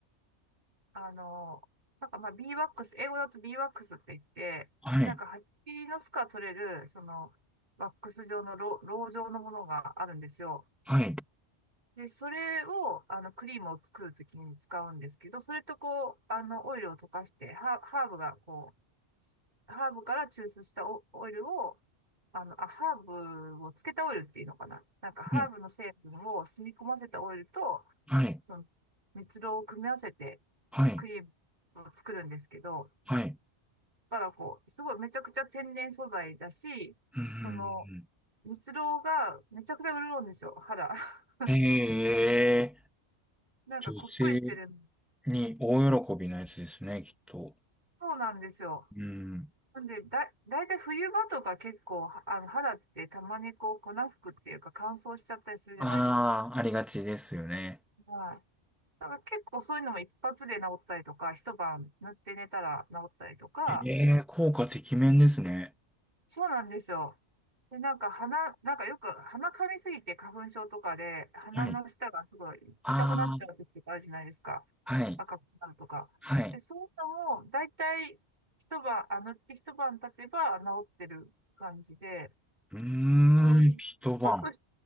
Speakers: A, on the right; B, in the centre.
A: あの、なんかまあ、ビーワックス、英語だとビーワックスって言って、
B: はい。
A: なんか蜂の巣から取れる、その、ワックス状のろう、ろう状のものがあるんですよ。
B: はい。
A: で、それを、あの、クリームを作るときに使うんですけど、それとこう、あの、オイルを溶かして、ハー、ハーブがこう、ハーブから抽出したオ、オイルを、あの、あ、ハーブをつけたオイルっていうのかな。なんか、ハーブの成分を染み込ませたオイルと、
B: はい。はい。
A: その、蜜蝋を組み合わせて、
B: はい。
A: クリームを作るんですけど、
B: はい。
A: だからこう、すごいめちゃくちゃ天然素材だし、
B: うん。
A: その、蜜蝋がめちゃくちゃ潤うんですよ、肌。<laughs>
B: ええ
A: なんかこっくりしてる
B: 女性に大喜びなやつですね、きっと。
A: そうなんですよ。
B: うん。
A: なんで、だ、だいたい冬場とか結構、はあの、肌ってたまにこう、粉吹くっていうか乾燥しちゃったりするじゃないですか。
B: ああ、ありがちですよね。
A: はい。だから結構そういうのも一発で治ったりとか、一晩塗って寝たら治ったりとか、
B: ええ効果てきめんですね。
A: そうなんですよ。で、なんか鼻、なんかよく鼻噛みすぎて花粉症とかで、鼻の下がすごい痛くなった時とかあるじゃないですか。
B: はい。ああ、はい。
A: 赤くなるとか。
B: はい。
A: で、そういうのも、だいたい一晩、あ、塗って一晩経てば治ってる感じで、
B: うーん、
A: はい。
B: 一晩。
A: ちょっとし、